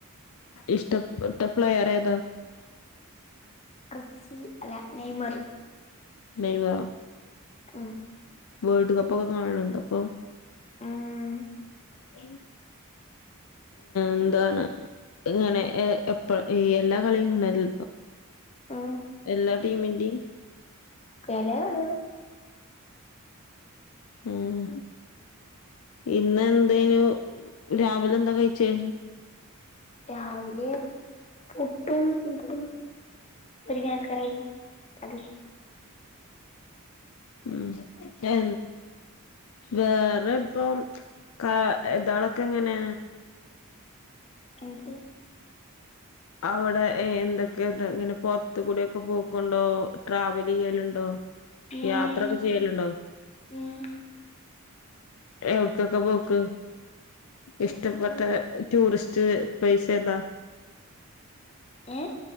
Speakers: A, on the left; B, on the left.
A: ഇഷ്ട്ടപ്പെട്ട പ്ലേയറേതാ?
B: കസ്സി അല്ല നെയ്മർ.
A: മെയ് വ.
B: മ്
A: വേൾഡ് കപ്പ് ഒക്കെ കാണല്ണ്ടപ്പൊ
B: ഉം
A: ഏ എന്താണ് ഇങ്ങനെ ഏ എപ്പ ഈ എല്ലാ കളിയുംങ്ങണല്ലോ
B: ഉം
A: എല്ലാ ടീമിന്റിം
B: ചെല കളികള്
A: ഏയ് ഇന്ന് എന്തനു രാവിലെ എന്താ കഴിച്ചേ
B: രാവിലെ പുട്ടും ഇതും മുരിങ്ങ ആചാരി അതെ
A: ഉം എ വേറെ ഇപ്പം ക യതാളൊക്കെ എങ്ങനെ
B: എന്ത്
A: അവിടെ എന്തൊക്കെ ഇങ്ങനെ പൊറത്തുടെക്കെ കൂട്വക്കെ പോക്കുണ്ടോ ട്രാവൽ ചെയ്യലുണ്ടോ
B: ഉം
A: യാത്രയൊക്കെ ചെയ്യലുണ്ടോ
B: ഉം
A: എവിടക്കൊക്കെ പോക്ക് ഇഷ്ടപ്പെട്ട ടൂറിസ്റ്റ് പൈസേ ഏതാ
B: ഏ